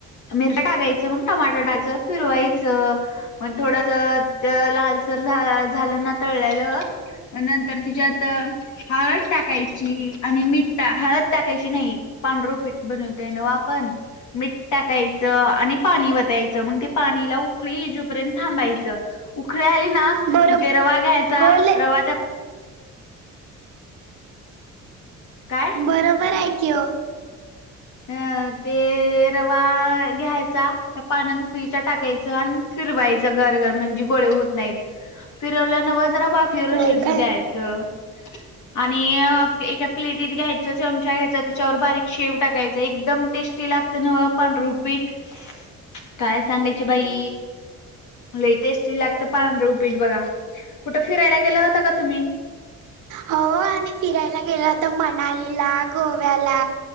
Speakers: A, on the left; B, on the right.
A: मिर टाकायचं मग टमाट टायच फिरवायचं मग थोडस लाल झा ना तलं नंतर तच्यात हा आणि मठठा हळद टाकायची नाही पांढर पीठ बनवते न आपण मिठ टाकायचं आणि पाणी वाटतच मग ते पाणी ला उखळी येऊपर्यंत थांबायच उखळी आली ना
B: बरोब
A: मग ते रवा घ्यायचा
B: हो ले
A: रवा त्या काय
B: बरोबर आहे कि ओ.
A: अ ते रवा घ्यायचा पाण्यातत उकळीच्या टाकायच अन फिरवायचं गरगर म्हणजे गोळे होत नाहीत. फिरवलं नव्ह जरा वाफ फिरू
B: होय
A: शिजू
B: काय?
A: द्यायचं आणि एका प्लेटीत घ्यायचं चमचा घ्यायचा त्याच्यावर बारीक शेव टाकाय एकदम टेस्टी लागते नव पांढर उपीट. काय सांगायच बाई. लई टेस्टी लागत पांढर ऊपीट बघा. कुठं फिरायला गेला होता का तुम्ही?
B: हो आम्ही फिरायला गेलो होतो मनालीला गोव्याला.